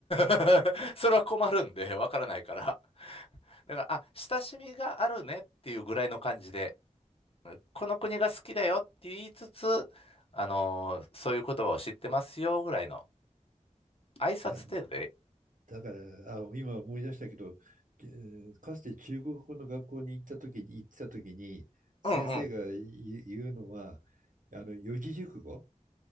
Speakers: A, on the left; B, on the right.
A: <laughs> それは困るんで、わからないから。だから、あ、親しみがあるねっていうぐらいの感じで。この国が好きだよって言いつつ、あのーそういう言葉を知ってますよぐらいの挨拶程度で、
B: いや、だから、あ、今思い出したけど、えーかつて中国語の学校に行った時に、行ってた時に、先生が言う言うのは、
A: うんうん。
B: あの、四字熟語